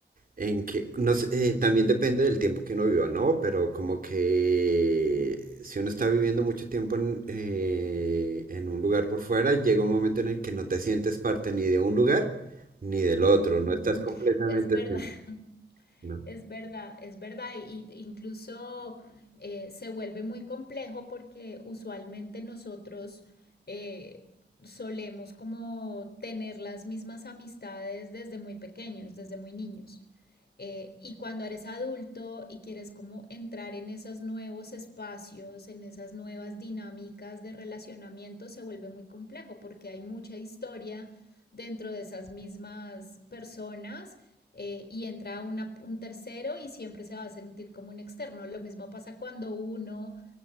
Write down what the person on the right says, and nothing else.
en que, no sé, eh, también depende del tiempo que uno viva, ¿no? Pero como que si uno está viviendo mucho tiempo en, eh, en un lugar por fuera, llega un momento en el que no te sientes parte ni de un lugar ni del otro,
no estás completamente
siendo,
¿no?